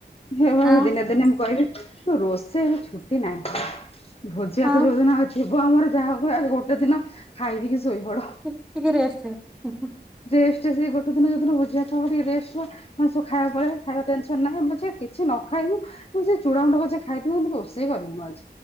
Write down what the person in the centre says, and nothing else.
ଆଉ
ଆଉ
<inaudible>